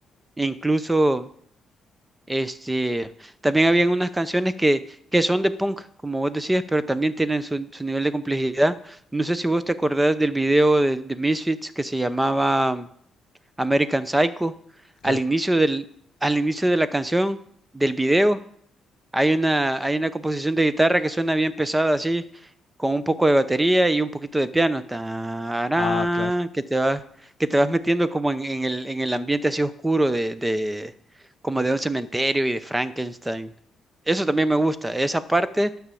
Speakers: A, on the right (about 15°); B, on the left (about 60°).
A: E incluso, este, también habían unas canciones que, que son de punk, como vos decías, pero también tienen su, su nivel de complejidad. No sé si vos te acordás del video de, de Misfits que se llamaba... American Psycho.
B: claro.
A: Al inicio del, al inicio de la canción, del video, hay una, hay una composición de guitarra que suena bien pesada así, con un poco de batería y un poquito de piano. Tarán,
B: Ah, claro.
A: que te vas, que te vas metiendo como en, en el, en el ambiente así oscuro de, de, como de un cementerio y de Frankenstein. Eso también me gusta, esa parte,